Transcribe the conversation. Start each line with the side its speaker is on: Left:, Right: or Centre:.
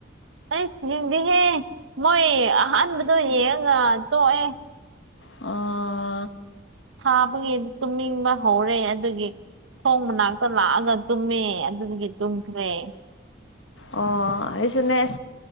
Right: ꯑꯩ ꯌꯦꯡꯗꯤꯍꯦ ꯃꯣꯏ ꯑꯍꯥꯟꯕꯗꯣ ꯌꯦꯡꯉꯒ ꯇꯣꯛꯑꯦ
Left: ꯑ
Right: ꯁꯥꯕꯒꯤ ꯇꯨꯝꯅꯤꯡꯕ ꯍꯧꯔꯦ ꯑꯗꯨꯒꯤ ꯊꯣꯡ ꯃꯅꯥꯛꯇ ꯂꯥꯛꯑꯒ ꯇꯨꯝꯃꯦ ꯑꯗꯨꯒꯤ ꯇꯨꯝꯈ꯭ꯔꯦ
Left: ꯑꯣ ꯑꯩꯁꯨꯅ